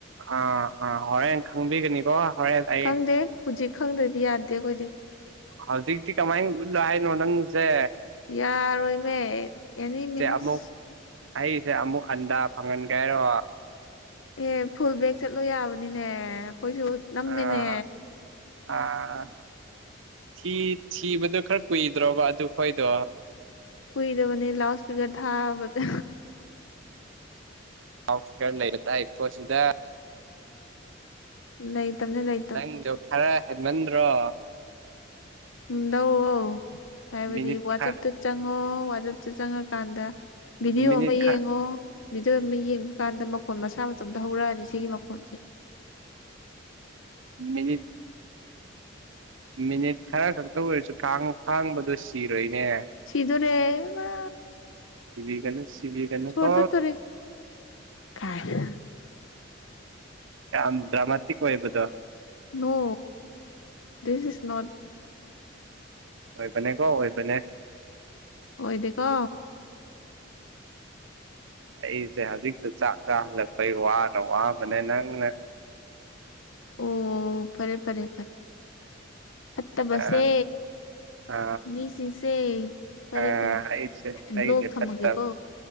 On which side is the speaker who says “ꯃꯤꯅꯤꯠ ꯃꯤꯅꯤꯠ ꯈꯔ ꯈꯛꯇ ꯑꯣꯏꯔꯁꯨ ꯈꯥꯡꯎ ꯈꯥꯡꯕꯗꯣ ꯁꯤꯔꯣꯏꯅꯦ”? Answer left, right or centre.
Right